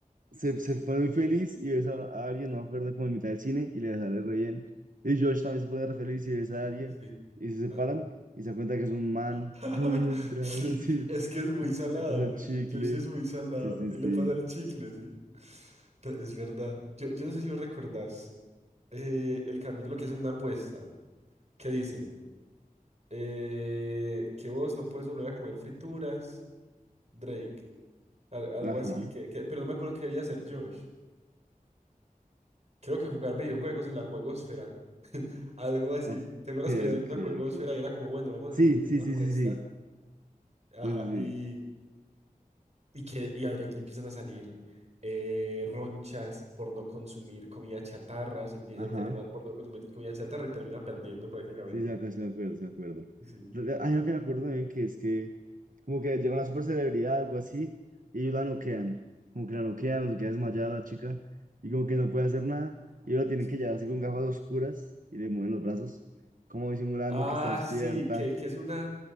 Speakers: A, on the right; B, on the right.
A: se, se fue muy feliz y ves a, a alguien, no me acuerdo, como en mitad del cine y le sale re bien. Y Josh también se pone re feliz y ves a alguien
B: Sí.
A: y se separan
B: Ah.
A: y se da cuenta que es un man,
B: <laughs>
A: <laughs> como que es un trans
B: Sí,
A: así.
B: es que es muy
A: y le
B: salado.
A: le pasa el chicle.
B: Josh es muy salado
A: Sí, sí,
B: y
A: sí.
B: le pasa el chicle, sí. Pe- Es verdad. Yo, yo no sé si vos recordás eh, el capítulo que hacen una apuesta. Que dicen eh, que vos no puedes volver a comer frituras, Drake. Al- algo
A: Ajá.
B: así, que, que- pero no me acuerdo qué debía hacer Josh. Creo que jugar videojuegos en la juegosfera. Algo así.
A: Ok,
B: ¿Te acuerdas que le llegó
A: ok,
B: una juegosfera
A: ok.
B: y era como, bueno, vamos
A: Sí,
B: a hacer un-
A: sí,
B: una
A: sí,
B: apuesta?
A: sí, sí.
B: Ajá,
A: Sí, sí, sí.
B: y, y que y a Drake le empiezan a salir eh, ronchas por no consumir comida chatarra, se empieza
A: Ajá.
B: a enfermar por no consumir comida chatarra y termina perdiendo prácticamente.
A: Sí, sí, acá sí me acuerdo, sí me acuerdo.
B: Sí.
A: Hay algo que me acuerdo también que es que Como que llega una super celebridad, algo así, y ellos la noquean. Como que la noquean, nos queda desmayada la chica, y como que
B: ajá,
A: no puede hacer nada. Y ellos la tienen
B: sí.
A: que llevar así con gafas oscuras, y le mueven los brazos, como disimulando
B: Ah,
A: que está despierta.
B: sí, que, que es una,